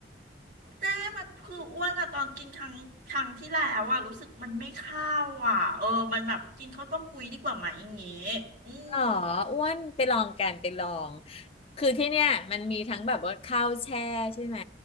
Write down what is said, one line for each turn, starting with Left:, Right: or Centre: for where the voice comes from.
Right: เจ๊มันคืออ้วนอะตอนกินครั้งครั้งที่แล้วอะรู้สึกมันไม่เข้าอะเออมันแบบกินข้าวต้มกุยดีกว่าไหมอย่างงี้อืม
Left: อ๋ออ้วนไปลองกันไปลองคือที่เนี่ยมันมีทั้งแบบว่าข้าวแช่ใช่ไหม